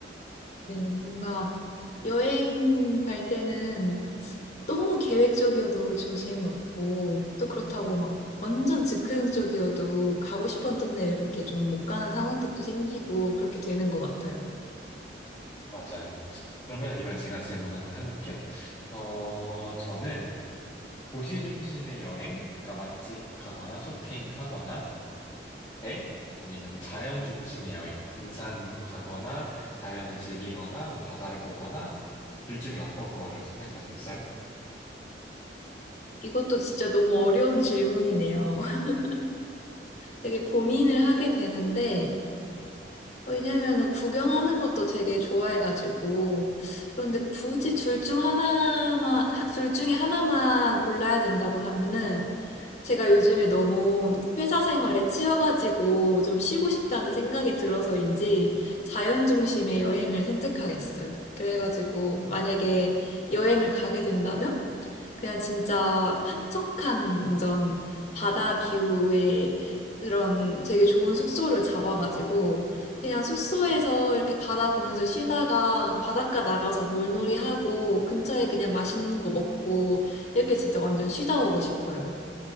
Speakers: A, on the left; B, on the left.
A: 네, 뭔가 여행 갈 때는 너무 계획적이어도 좀 재미없고, 또 그렇다고 막 완전 즉흥적이어도 가고 싶었던 데 그렇게 좀 못 가는 상황들도 생기고, 그렇게 되는 것 같아요.
B: 맞아요. 그러면 이번엔 제가 질문 한번 해볼게요. 어, 저는 도시 중심의 여행, 그러니까 맛집 가거나 쇼핑하거나 대 아니면 자연 중심의 여행, 등산 뭐 가거나 자연을 즐기거나 뭐 바다를 보거나 둘 중에 어떤 걸 선택하시겠어요?
A: 이것도 진짜 너무 어려운 질문이네요. <laughs> 되게 고민을 하게 되는데, 왜냐면은 구경하는 것도 되게 좋아해가지고, 그런데 굳이 둘 중 하나만, 하- 둘 중에 하나만 골라야 된다고 하면은, 제가 요즘에 너무 회사 생활에 치여가지고 좀 쉬고 싶다는 생각이 들어서인지 자연 중심의 여행을 선택하겠어요. 그래가지고 만약에 여행을 가게 된다면 그냥 진짜 한적한 완전 바다 뷰의 그런 되게 좋은 숙소를 잡아가지고 그냥 숙소에서 이렇게 바다 보면서 쉬다가 바닷가 나가서 물놀이하고 근처에 그냥 맛있는 거 먹고 이렇게 진짜 완전 쉬다 오고 싶어요.